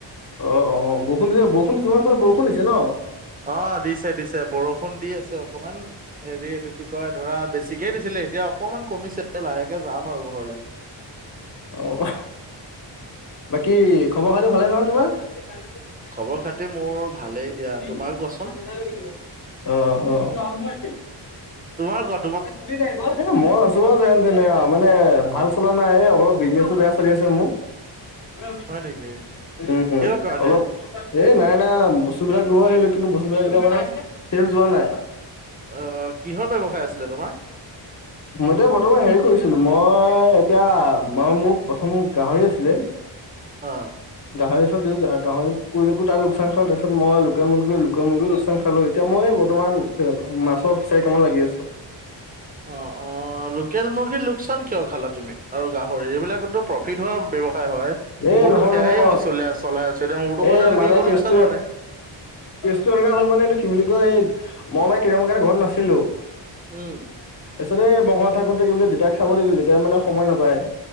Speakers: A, on the left (about 40°); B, on the right (about 20°).
A: অ' অ' বৰষুণ দিয়ে বৰষুণ তোমাৰ ফালে বৰষুণ দিছে ন?
B: অঁ, দিছে দিছে বৰষুণ দি আছে অকমান। হেৰি এইটো কি কয়, ধৰা বেছিকেই দিছিলে এতিয়া অকমান কমিছে লাহেকে যাম আৰু ঘৰলে।
A: অঁ বাকী খবৰ খাতি ভালেই নহয় তোমাৰ? <unintelligible>
B: খবৰ খাতি মোৰ ভালেই
A: <unintelligible>
B: দিয়া তোমাৰ কোৱাচোন
A: অঁ অঁ
B: তোমাৰ ক
A: <unintelligible> এই মই আছোঙ আও যেনে তেনে আও, মানে ভাল চলা নাই এই অলপ বিজনেচো বেয়া চলি আছে মোৰ।
B: <inaudible>
A: <unintelligible>
B: নেকি
A: ওম ওম
B: কিহৰ কাৰণে
A: অলপ এ নাই নাই বস্তু বিলাক লৈ আহিলো কিন্তু বস্তুবিলাক এতিয়া মানে, চেলচ হোৱা নাই।
B: অ' কিহৰ ব্যৱসায় আছিলে তোমাৰ?
A: মই এতিয়া বৰ্তমান হেৰি কৰিছিলো মই এতিয়া ম মোৰ প্ৰথম গাহৰি আছিলে।
B: অ'
A: গাহৰি পিছত দিলো গাহৰি কৰিলোকো তাৰ লোকচান খাল তাৰপিছত মই লোকেল মুৰ্গী লোকেল মুৰ্গী লোকচ চান খালো এতিয়া মই এই বৰ্তমান মাছৰ ফিচাৰি কামাত লাগি আছো।
B: অঁ অঁ লোকেল মুৰ্গীত লোকচান কিয় খালা তুমি আৰু গাহৰিৰ এইবিলাকতো প্ৰফিট হোৱা ব্যৱসায় হয়।
A: এ
B: মোৰতো
A: নহয়
B: সেয়াই
A: নহয়
B: হৈ চল চলাই আছো, এতিয়া মোৰতো বাৰু
A: এ
B: তেনেকে
A: মানে
B: একো
A: কেচটো
B: লোকচান হোৱা নাই।
A: কেচটো এনেকুৱা হ'ল মানে এইটো কি বুলি কয়, এই মই মানে কেইদিন মানৰ কাৰনে ঘৰত নাছিলোঁ।
B: উম।
A: তাৰপিছত এই মই ঘৰত থাকোতে কি বুলি দেউতাক চাব দিলো দেউতাই মানে সময় নাপায়।